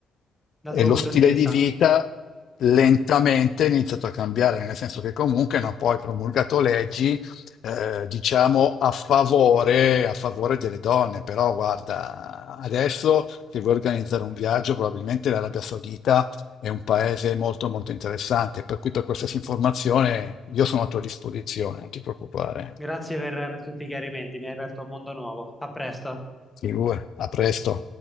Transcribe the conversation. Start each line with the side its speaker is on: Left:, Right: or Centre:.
Centre: dal
Left: e
Centre: tuo
Left: lo
Centre: punto
Left: stile
Centre: di vista?
Left: di vita lentamente è iniziato a cambiare, nel senso che comunque hanno poi promulgato leggi, eh, diciamo, a favore, a favore delle donne. Però guarda, adesso se vuoi organizzare un viaggio, probabilmente l'Arabia Saudita è un paese molto molto interessante, per cui per qualsiasi informazione io sono a tua disposizione, non ti preoccupare.
Centre: Grazie per, per tutti i chiarimenti, mi hai aperto un mondo nuovo. A presto.
Left: Figura, a presto.